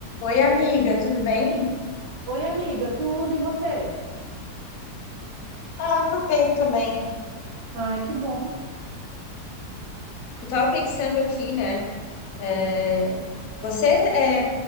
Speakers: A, on the left (about 65°); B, on the right (about 75°).
A: Oi, amiga, tudo bem?
B: Oi, amiga, tudo e você?
A: Ah, tô bem também.
B: Ai, que bom.
A: Eu tava pensando aqui, né? é, você é